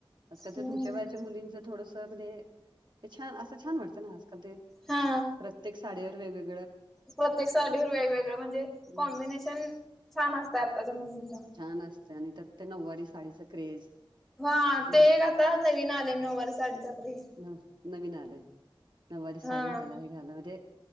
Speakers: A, on the right; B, in the centre.
A: आजकाल च्या
B: हम्म
A: तुमच्या वयाच्या मुलींच थोडस म्हणजे हे छान असं छान वाटतं ना आजकाल ते
B: हा
A: प्रत्येक साडीवर वेगवेगळ
B: प्रत्येक साङी वेगवेगळं म्हणजे
A: नाही,
B: कॉम्बिनेशन छान असतं आत्ताच्या मुलींच.
A: छान असते आणि तर ते नऊवारी साडीचा क्रेज
B: हा ते
A: न
B: एक आता नवीन आले नऊवारी साडी चा क्रेझ
A: नव नवीन आले नऊवारी साडी
B: हा
A: घाला हे घाला म्हणजे